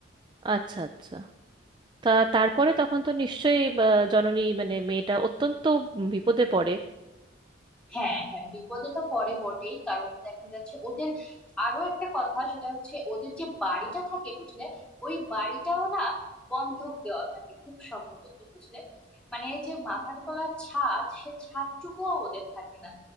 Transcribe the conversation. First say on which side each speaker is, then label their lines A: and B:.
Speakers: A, on the right (about 25°); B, in the centre.
A: আচ্ছা আচ্ছা তা তারপরে তখন তো নিশ্চয়ই বা, জননী মানে মেয়েটা অত্যন্ত বিপদে পড়ে
B: হ্যাঁ হ্যাঁ বিপদে তো পড়ে বটেই কারণ দেখা যাচ্ছে ওদের আরো একটা কথা সেটা হচ্ছে ওদের যে বাড়িটা থাকে বুঝলে ওই বাড়িটাও না বন্ধক দেওয়া থাকে খুব সম্ভবত বুঝলে মানে এই যে মাথার তলার ছাদ সে ছাদটুকুও ওদের থাকে না